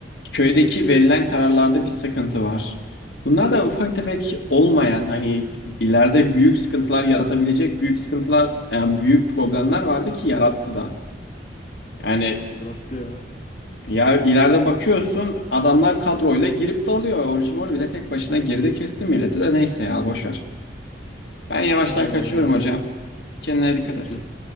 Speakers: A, on the left (about 75°); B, on the left (about 45°).
A: köydeki verilen kararlarda bir sıkıntı var. Bunlar da ufak tefek olmayan hani ileride büyük sıkıntılar yaratabilecek büyük sıkıntılar yani büyük problemler vardı ki yarattı da. Yani
B: Yarattı ya.
A: ya ileride bakıyorsun adamlar kadroyla girip de alıyor. Orucumor bile tek başına girdi kesti milleti de neyse ya boş ver. Ben yavaştan
B: Aynen
A: kaçıyorum
B: hocam
A: hocam.
B: ya.
A: Kendine dikkat
B: Peki,
A: et.